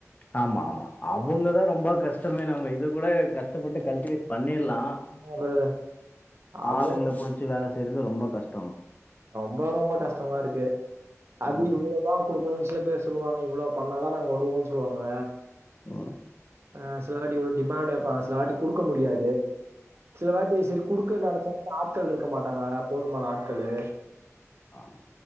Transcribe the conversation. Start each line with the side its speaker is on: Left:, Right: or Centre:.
Left: ஆமா ஆமா அவங்கதா ரொம்ப கஷ்டமே நம்ம இது கூட கஷ்டப்பட்டு கல்டிவேட் பண்ணிலா
Right: ஆமா பிரதர். அவங்க
Left: ஆளுங்கள புடிச்சு வேல செய்றது ரொம்ப கஷ்
Right: ரொம்ப ரொம்ப கஷ்டமா இருக்கு அது
Left: ம்.
Right: இவளோ தா குடுக்கணுன் சில பேர் சொல்லுவாங்க இவளோ பண்ணாதா நாங்க வருவோன் சொல்லுவாங்க
Left: ம்
Right: ஆ சிலவாட்டி இவளோ டிமாண்ட் வெப்பாங்க சிலவாட்டி குடுக்க முடியாது சில வாட்டி செரி குடுக்கன்னு நெனச்சாலு இந்த ஆட்கள் இருக்க மாட்டாங்க போதுமான ஆட்களு
Left: ஆம்